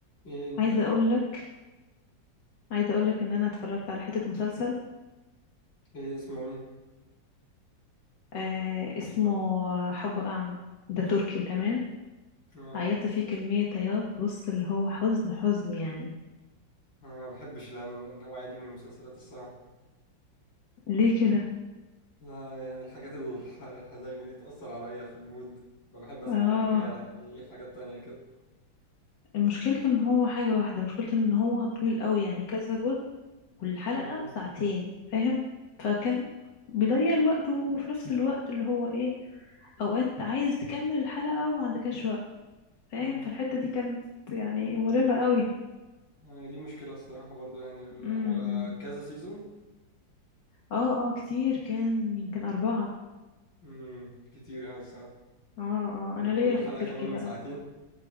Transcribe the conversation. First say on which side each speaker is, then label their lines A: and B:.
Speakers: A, on the left (about 85°); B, on the left (about 65°).
A: ايه انت
B: عايزة اقول لك عايزة اقول لك ان انا اتفرجت على حتة مسلسل
A: ايه اسمه ايه
B: آه اسمه حب اعمى ده تركي تمام
A: انا
B: عيطت
A: لا
B: فيه كمية عياط بص اللي هو حزن حزن يعني
A: انا ما بحبش لأن- النوعيه دي من المسلسلات الصراحه
B: ليه كده
A: لا يعني الحاجات الح- الحزينه دي تأثر عليا في المود فبحب اسمع
B: اه
A: يعني حاجه يعني إيه، حاجات تانية كده
B: مشكلته ان هو حاجة واحدة مشكلته ان هو طويل قوي يعني كذا جزء والحلقة
A: اه
B: ساعتين فاهم فكان بيضيع الوقت وفي نفس الوقت اللي هو ايه اوقات عايز تكمل الحلقة وما عندكش وقت فاهم
A: اه
B: فالحتة دي كانت يعني مرهقة قوي
A: آه، هي دي مشكله الصراحه برضو يعني ال-
B: امم
A: هو
B: امم.
A: كذا سيزون
B: اه اه كتير كان يمكن أربعة
A: امم كتير يعني الصراحه
B: اه اه أنا
A: وكل
B: ليا في
A: حلقه
B: التركي
A: كمان
B: بقى
A: ساعتين